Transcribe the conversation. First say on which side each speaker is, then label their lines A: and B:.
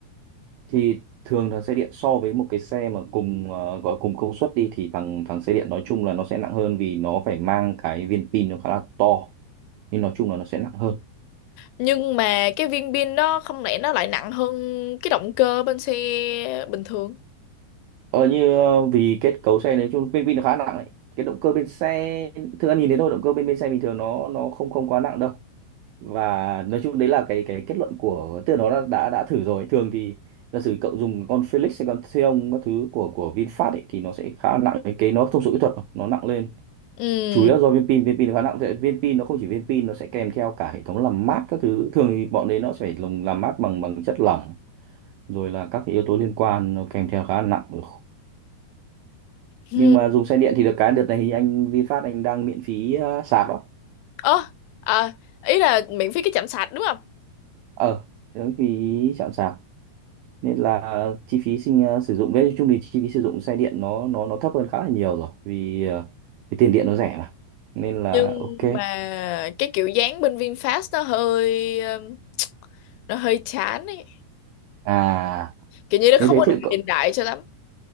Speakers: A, on the right; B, on the left.
A: Thì thường là xe điện so với một cái xe mà cùng ờ, gọi cùng công suất đi thì thằng thằng xe điện nói chung là nó sẽ nặng hơn vì nó phải mang cái viên pin nó khá là to. Nhưng nói chung là nó sẽ nặng hơn.
B: nhưng mà cái viên pin đó không lẽ nó lại nặng hơn cái động cơ bên xe bình thường
A: Ờ như ờ, vì kết cấu xe nói chung viên pin nó khá nặng đấy. Cái động cơ bên xe thực ra nhìn thấy thôi động cơ bên bên xe bình thường nó nó không không quá nặng đâu và nói chung đấy là cái cái kết luận của tức là nó đã đã, đã thử rồi thường thì giả sử cậu dùng con Felix hay con Xeon các thứ của của VinFast ấy, thì nó sẽ khá nặng cái cái nó thông số kỹ thuật mà, nó nặng lên
B: ừ
A: chủ yếu là do viên pin viên pin nó khá nặng sẽ- viên pin nó không chỉ viên pin nó sẽ kèm theo cả hệ thống làm mát các thứ thường thì bọn đấy nó sẽ phải dùng làm mát bằng bằng chất lỏng rồi là các cái yếu tố liên quan nó kèm theo khá là nặng Ừ.
B: ừ.
A: nhưng mà dùng xe điện thì được cái đợt này thì anh VinFast anh đang miễn phí ờ, sạc đó
B: ơ à, ý là miễn phí cái chạm sạc đúng không
A: ờ miễn phí chạm sạc nên là chi phí sinh ờ, sử dụng với chung thì chi phí sử dụng xe điện nó nó nó thấp hơn khá là nhiều rồi vì ờ, vì tiền điện nó rẻ mà nên là
B: nhưng
A: ok
B: mà cái kiểu dáng bên VinFast nó hơi um, nó hơi chán ấy
A: à
B: kiểu như nó
A: nếu
B: không
A: thế
B: có được
A: thì cậu
B: hiện đại cho lắm